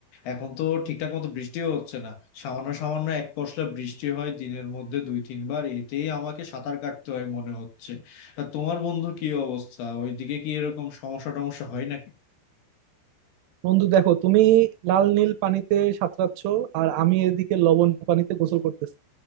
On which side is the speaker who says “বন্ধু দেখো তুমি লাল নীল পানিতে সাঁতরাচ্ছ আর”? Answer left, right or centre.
Right